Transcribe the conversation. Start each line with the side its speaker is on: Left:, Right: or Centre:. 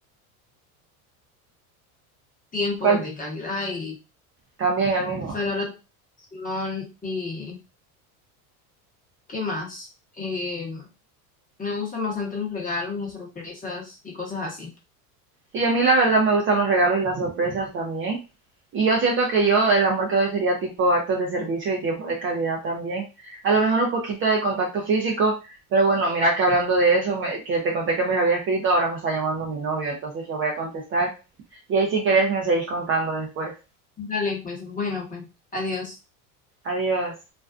Left: tiempo
Right: ¿Cuál?
Left: de calidad y
Right: También el mismo.
Left: palabras de afirmación y ¿qué más? Eh, me gustan bastante los regalos, las sorpresas y cosas así.
Right: Sí, a mí la verdad me gustan los regalos y las sorpresas también. Y yo siento que yo el amor que doy sería tipo actos de servicio y tiempo de calidad también. A lo mejor un poquito de contacto físico, pero bueno, mira que hablando de eso, me- que te conté que me había escrito, ahora me está llamando mi novio, entonces le voy a contestar. Y ahí si querés me seguís contando después.
Left: Dale, pues, bueno, pues, adiós.
Right: Adiós.